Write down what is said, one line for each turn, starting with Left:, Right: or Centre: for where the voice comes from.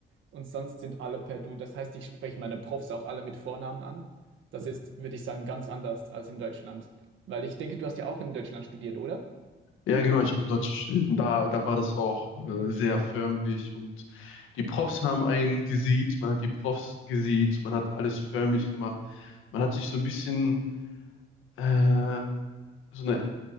Right: Und sonst sind alle per du. Das heißt, ich spreche meine Profs auch alle mit Vornamen an. Das ist, würde ich sagen, ganz anders als in Deutschland. Weil ich denke, du hast ja auch in Deutschland studiert, oder?
Left: Ja, genau, ich habe in Deutsch studiert. Und da, da war das auch äh, sehr förmlich. Und die Profs haben einen gesiezt, man hat die Profs gesiezt, man hat alles förmlich gemacht. Man hat sich so ein bisschen ähm, so eine